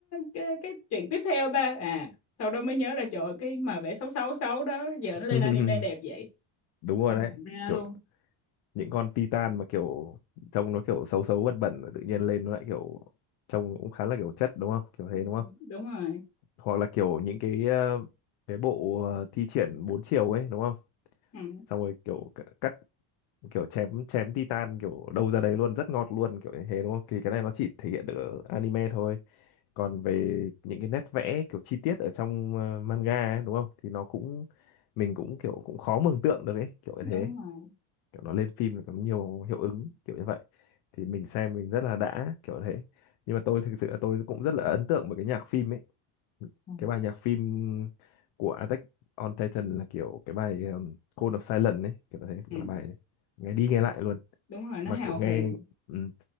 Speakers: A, on the left; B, on the left.
A: cái, cái chuyện tiếp theo ta à sau đó mới nhớ ra trời ơi, cái mà vẽ xấu xấu xấu đó giờ
B: <laughs>
A: nó lên anime đẹp vậy
B: đúng rồi
A: không
B: đấy
A: nhận ra
B: kiểu
A: luôn
B: những con Titan mà kiểu trông nó kiểu xấu xấu bẩn bẩn tự nhiên lên nó lại kiểu trông cũng khá là kiểu chất đúng không kiểu
A: ừ,
B: thế đúng không
A: đúng rồi
B: hoặc là kiểu những cái ờ, cái bộ ờ, thi triển bốn chiều ấy đúng không
A: ừ,
B: xong rồi kiểu c- cắt kiểu chém chém titan kiểu đâu ra đấy luôn rất ngọt luôn kiểu như thế đúng không thì cái này nó chỉ thể hiện được ở anime thôi còn về những cái nét vẽ kiểu chi tiết ở trong ờ, manga ấy, đúng không thì nó cũng mình cũng kiểu cũng khó mường tượng được ấy kiểu như
A: đúng
B: thế
A: rồi
B: kiểu nó lên phim thì có nhiều hiệu ứng kiểu như vậy thì mình xem mình rất là đã kiểu thế nhưng mà tôi thực sự là tôi cũng rất là ấn tượng với cái nhạc phim ấy
A: ừ,
B: cái bài nhạc phim của Attack on Titan là kiểu cái bài um, Call of Silence ấy kiểu thế
A: ừ,
B: là bài đấy. nghe đi nghe lại luôn
A: đúng rồi nó
B: mà
A: hào
B: kiểu nghe
A: hùng
B: ừm,